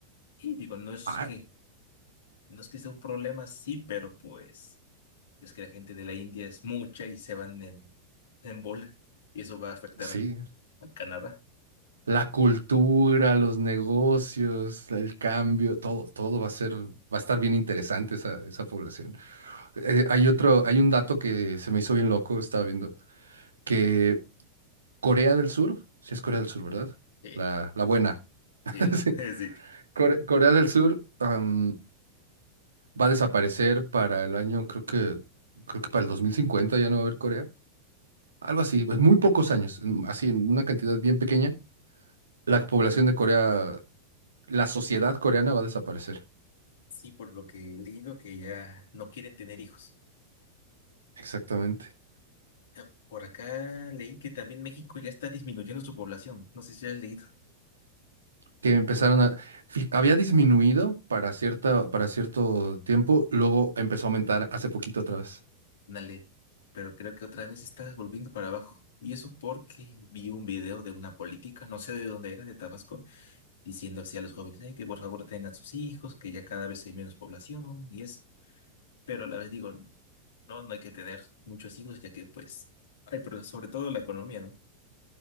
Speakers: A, on the left; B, on the right.
A: Y digo, no es
B: ah,
A: que, no es que sea un problema, sí, pero pues es que la gente de la India es mucha y se van en, en bola. Y eso va a afectar
B: sí,
A: a Canadá.
B: la cultura, los negocios, el cambio, todo, todo va a ser, va a estar bien interesante esa, esa población. Eh, hay otro, hay un dato que se me hizo bien loco, estaba viendo. que Corea del Sur, sí es Corea del Sur, ¿verdad?
A: Sí,
B: La, la buena.
A: sí,
B: <laughs> Sí.
A: <laughs> sí.
B: Core- Corea del Sur am, va a desaparecer para el año, creo que, creo que para el 2050 ya no va a haber Corea. Algo así, pues muy pocos años, en- así en una cantidad bien pequeña. La población de Corea, la sociedad coreana va a desaparecer.
A: Sí, por lo que he leído que ya no quieren tener hijos.
B: Exactamente.
A: Eh, Por acá leí que también México ya está disminuyendo su población. No sé si ya has leído
B: Que empezaron a... fi- Había disminuido para cierta, para cierto tiempo, luego empezó a aumentar hace poquito otra vez.
A: una ley, pero creo que otra vez está volviendo para abajo. Y eso porque vi un video de una política, no sé de dónde era, de Tabasco diciendo así a los jóvenes, "Ay, que por favor tengan sus hijos, que ya cada vez hay menos población y eso. Pero a la vez digo, no, no hay que tener muchos hijos, ya que pues, ay, pero sobre todo la economía, ¿no?